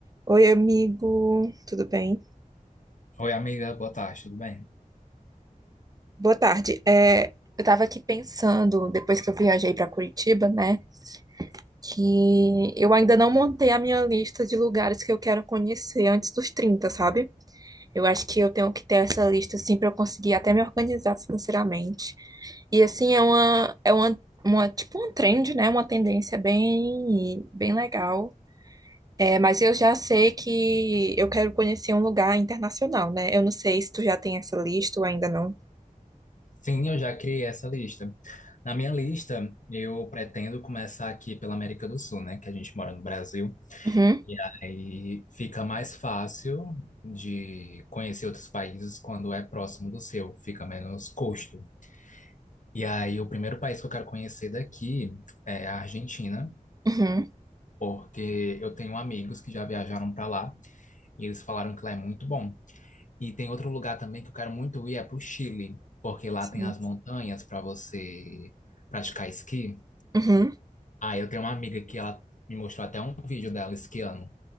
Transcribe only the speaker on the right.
Oi, amigo, tudo bem?
Boa tarde. É, eu tava aqui pensando, depois que eu viajei para Curitiba, né, que eu ainda não montei a minha lista de lugares que eu quero conhecer antes dos 30, sabe? Eu acho que eu tenho que ter essa lista, assim, para eu conseguir até me organizar financeiramente. E, assim, é uma, é uma, uma, tipo, um trend, né, uma tendência bem, bem legal. É, mas eu já sei que eu quero conhecer um lugar internacional, né? Eu não sei se tu já tem essa lista ou ainda não.
Uhum,
uhum,
sim.
Uhum,